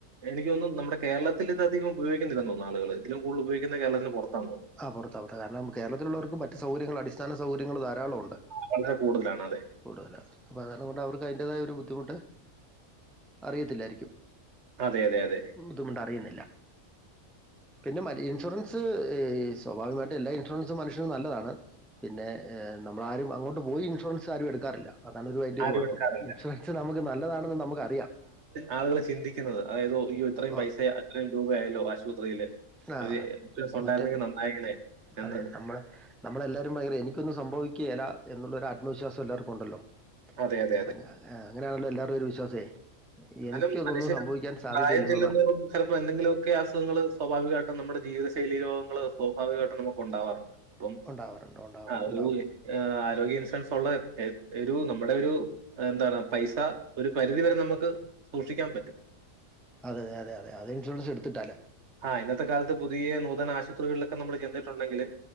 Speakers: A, on the right; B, in the centre.
A: എനിക്ക് തോന്നുന്നു നമ്മടെ കേരളത്തിൽ ഇത് അധികം ഉപയോഗിക്കുന്നില്ല തോന്നുന്നു ആളുകള്, ഇതിലും കൂടുതൽ ഉപയോഗിക്കുന്നത് കേരളത്തിന് പുറത്താണെന്ന് തോന്നുന്നു.
B: ആ പുറത്താ പുറത്താ കാരണം കേരളത്തിലുള്ളവർക്ക് മറ്റ് സൗകര്യങ്ങൾ അടിസ്ഥാന സൗകര്യങ്ങള് ധാരാളം ഉണ്ട്.
A: വളരെ കൂടുതലാണ് അതെ
B: കൂടുതലാ അപ്പൊ അതാരണം കൊണ്ട് അവർക്ക് അതിന്റേതായ ഒരു ബുദ്ധിമുട്ട് അറിയത്തില്ലായിരിക്കും.
A: അതെ അതെ അതെ
B: ബുദ്ധിമുട്ട് അറിയുന്നില്ല പിന്നെ ഇൻഷുറൻസ്. സ്വാഭാവികമായിടട്ടും എല്ലാ ഇൻഷുറൻസും മനുഷ്യന് നല്ലതാണ് പിന്നെ നമ്മളാരും അങ്ങോട്ട് പോയി ഇൻഷുറൻസ് ആരും എടുക്കാറില്ല. അതാണ് ഒരു അയിന്റെ ഒരു
A: ആരും
B: കുഴപ്പം
A: എടുക്കാറില്ല.
B: ഇൻഷുറൻസ് നമുക്ക് നല്ലതാണെന്ന് നമുക്കറിയാം
A: ആളുകൾ ചിന്തിക്കുന്നത് അതായത് അയ്യോ ഇത്രയും
B: ഓ
A: പൈസ അത്രയും രൂപ ആയല്ലോ ആശുപത്രിയില്
B: ആ
A: ഒരു ഇൻഷുറൻസ് ഉണ്ടായിരുന്നെങ്കിൽ
B: മറ്റേ
A: നന്നായേനേ എന്ന്
B: അതെ നമ്മള് നമ്മളെല്ലാരും ഭയങ്കര എനിക്കൊന്നും സംഭവിക്കുകേല എന്നുള്ളൊരു ആത്മവിശ്വാസം എല്ലാർക്കും ഉണ്ടല്ലോ
A: അതെ അതെ അതെ
B: അങ്ങ് അങ്ങനെയാണല്ലോ എല്ലാരുടേം ഒരു വിശ്വാസേ
A: എന്നാലും
B: എനിക്ക് ഇതൊന്നും
A: മനുഷ്യന്
B: സംഭവിക്കാൻ സാധ്യതയില്ല
A: പ്രായം ചെല്ലുന്നതോറും
B: എന്നുള്ള
A: ചിലപ്പോൾ എന്തെങ്കിലുമൊക്കെ അസുഖങ്ങൾ സ്വാഭാവികായിട്ടും നമ്മുടെ ജീവിതശൈലി രോഗങ്ങൾ സ്വാഭാവികായിട്ടും നമുക്ക് ഉണ്ടാവാറുണ്ട് അപ്പം
B: ഉണ്ടാവാറുണ്ട് ഉണ്ടാവും
A: ആ ഒരു
B: ഉണ്ടാവും
A: ആരോഗ്യ ഇൻഷുറൻസ് ഉള്ളത് ഒരു നമ്മുടെ ഒരു എന്താണ് പൈസ ഒരു പരിധിവരെ നമുക്ക് സൂക്ഷിക്കാൻ പറ്റും
B: അതെ അത അതെ അതെ അത് ഇൻഷുറൻസ് എടുത്തിട്ടാൽ
A: ആഹ് ഇന്നത്തെ കാലത്ത് പുതിയ നൂതന ആശുപത്രികളിലൊക്കെ നമ്മള് ചെന്നിട്ടുണ്ടെങ്കില്